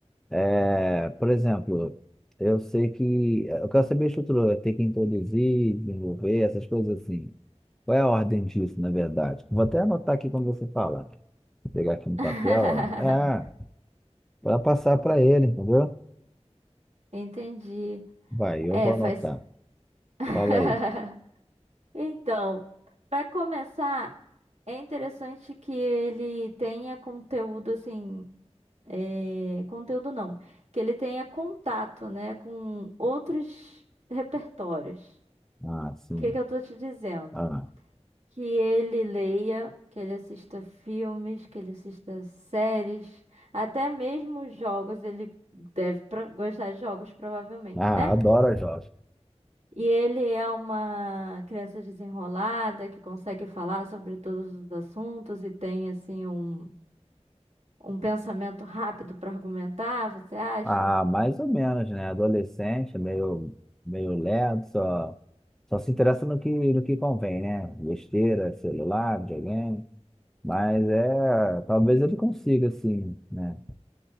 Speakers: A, in the centre; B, on the right.
A: É, por exemplo, eu sei que, é, eu quero saber a estrutura, tem que introduzir, desenvolver, essas coisas assim. Qual é a ordem disso, na verdade? Vou até anotar aqui quando você falar. pegar aqui no
B: <laughs>
A: papel, ó. É, para passar para ele, entendeu?
B: Entendi.
A: Vai, eu
B: É,
A: vou
B: faz.
A: anotar.
B: <laughs>
A: Fala aí.
B: Então, para começar, é interessante que ele tenha conteúdo assim, é, conteúdo não, que ele tenha contato, né, com outros repertórios.
A: Ah, sim.
B: O que que eu tô te dizendo?
A: Ah,
B: Que ele leia, que ele assista filmes, que ele assista séries, até mesmo jogos. Ele deve pro- gostar de jogos, provavelmente,
A: ah,
B: né?
A: adoro a Jó.
B: E ele é uma criança desenrolada que consegue falar sobre todos os assuntos e tem assim um, um pensamento rápido para argumentar, você acha?
A: Ah, mais ou menos, né? Adolescente, meio, meio lerdo, só, só se interessa no que, no que convém, né? Besteira, celular, videogame. Mas é, talvez ele consiga, assim, né?